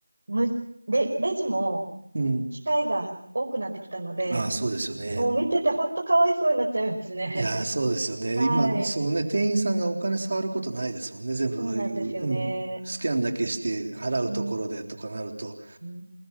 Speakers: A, on the right; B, on the right.
A: む、レ、レジも
B: うん。
A: 機械が多くなってきたので、
B: ああ、そうですよね。
A: もう見てて本当かわいそうになっちゃいますね。
B: いやー、そうですよね。
A: <laughs> はい。
B: 今、そのね、店員さんがお金触ることないですもんね。全部そういう、
A: そうなんですよね。
B: うん。スキャンだけして払うところでとかなると、
A: うーん。